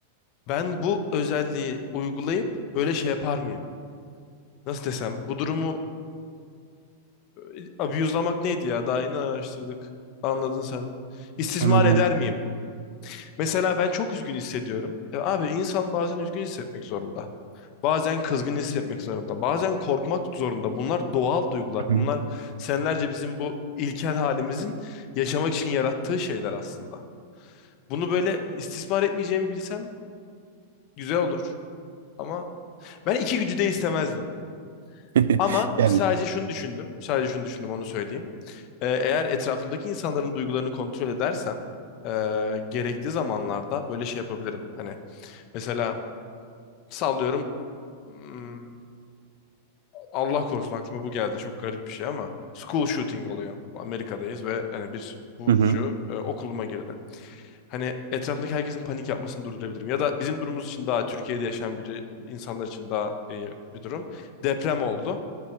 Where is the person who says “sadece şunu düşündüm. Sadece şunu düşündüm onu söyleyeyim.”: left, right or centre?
Left